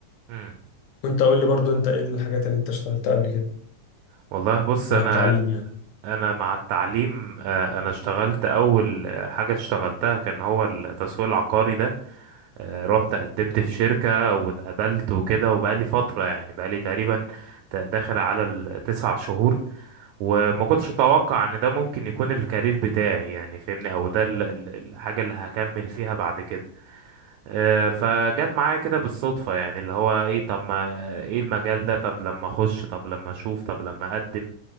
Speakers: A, on the right; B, on the left.
A: مم.
B: وانت قول لي برضه انت ايه الحاجات اللي انت اشتغلتها قبل كده
A: والله بص
B: مع
A: انا
B: التعليم يعني
A: انا مع التعليم آه، انا اشتغلت اول آه، حاجه اشتغلتها كان هو التسويق العقاري ده آه، رحت قدمت في شركه واتقبلت وكده وبقالي فتره يعني بقالي تقريبا ت- داخل على التسع شهور وما كنتش اتوقع ان ده ممكن يكون الكارير بتاعي يعني فاهمني او ده ال- ال- الحاجه اللي هكمل فيها بعد كده آه، فجت معايا كده بالصدفة يعني اللي هو ايه طب ما ايه المجال ده طب لما اخش طب لما اشوف طب لما اقدم